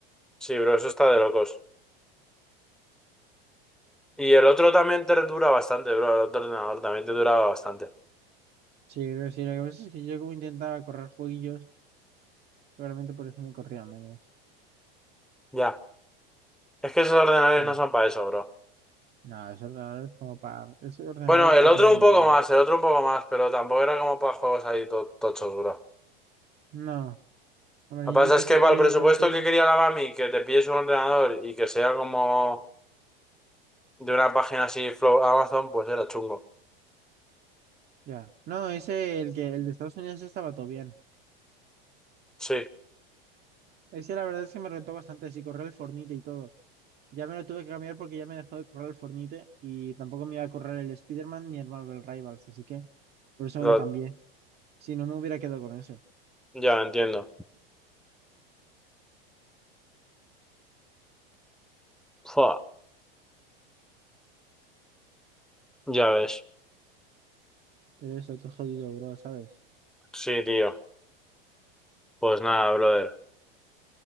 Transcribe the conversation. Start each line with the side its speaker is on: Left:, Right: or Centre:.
Centre: Sí, bro, eso está de locos. Y el otro también te dura bastante, bro. El otro ordenador también te duraba bastante.
Right: Sí, creo que sí. Lo que pasa es que yo como intentaba correr jueguillos, seguramente por eso me corría menos.
Centre: Ya. Es que esos ordenadores
Right: Sí.
Centre: no son para eso, bro.
Right: No, ese ordenador es como para... Ese ordenador
Centre: Bueno,
Right: es
Centre: el
Right: para
Centre: otro
Right: tener el
Centre: un poco
Right: Word.
Centre: más, el otro un poco más, pero tampoco era como para juegos ahí to- tochos, bro.
Right: No. Hombre,
Centre: Lo
Right: yo
Centre: que
Right: intenté
Centre: pasa es
Right: correr
Centre: que para el
Right: y
Centre: presupuesto
Right: el Minecraft.
Centre: que quería la Bami, que te pilles un ordenador y que sea como de una página así, Flow Amazon, pues era chungo.
Right: Ya. No, ese, el que, el de Estados Unidos estaba todo bien.
Centre: Sí,
Right: Ese la verdad es que me rentó bastante, sí, correr el Fornite y todo. Ya me lo tuve que cambiar porque ya me dejó de correr el Fornite y tampoco me iba a correr el Spider-Man ni el Marvel Rivals, así que por eso
Centre: lo-
Right: me lo cambié. Si no me hubiera quedado con ese.
Centre: ya entiendo. Fua, ya ves.
Right: Pero eso, todo jodido, bro, ¿sabes?
Centre: Sí, tío. Pues nada, brother.